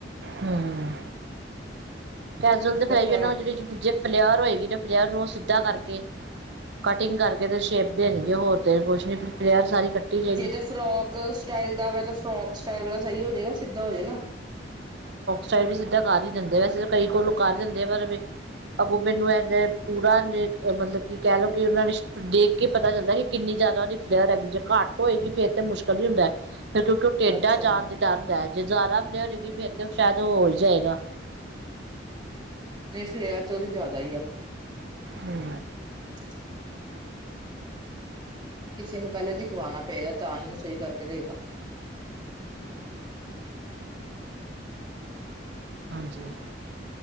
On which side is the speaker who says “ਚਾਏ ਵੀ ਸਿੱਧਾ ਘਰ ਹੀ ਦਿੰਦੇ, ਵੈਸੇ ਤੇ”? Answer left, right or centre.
Right